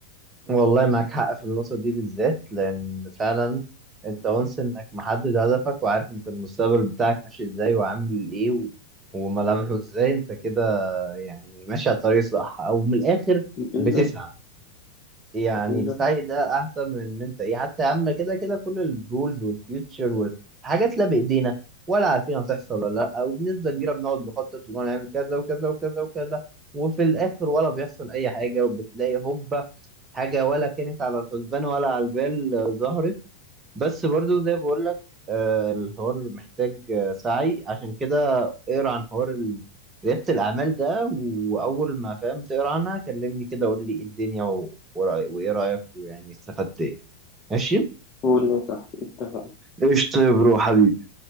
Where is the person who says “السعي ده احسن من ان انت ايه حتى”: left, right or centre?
Right